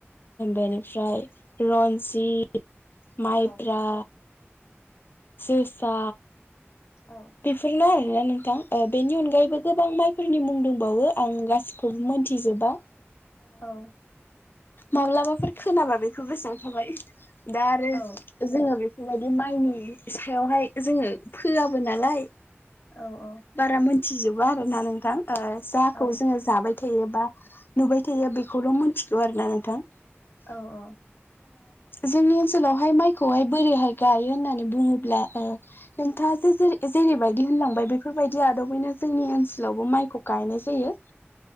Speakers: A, on the left; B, on the left.
A: बेनिफ्राय रन्जित माइब्रा
B: औ
A: जोसा
B: औ
A: बेफोरनो आरोना नोंथां बेनि अनगायैबो गोबां माइ फोरनि मुं दंबावो आं गासिखौबो मोनथिजोबा
B: औ
A: माब्लाबाफोर खोनाबा बेखौ बेसेबां थाबाय दा आरो
B: औ
A: जोङो बेफोरबायदि माइनि सायावहाय जोङो फोआबो नालाय
B: औ औ
A: बारा मोनथिजोबो आरोना नोंथां जाखौ
B: औ
A: जोङो जाबाय थायोबा नुबाय थायो बेखौल' मिथिगौ आरोना नोंथां
B: औ औ
A: जोंनि ओनसोलावहाय माइखौहाय बोरैहाय गायो होननानै बुङोब्ला एन्था जेरै जेरैबायदि होनलांबाय बेफोरबायदि आदबैनो जोंनि ओनसोलावबो माइखौ गायनाय जायो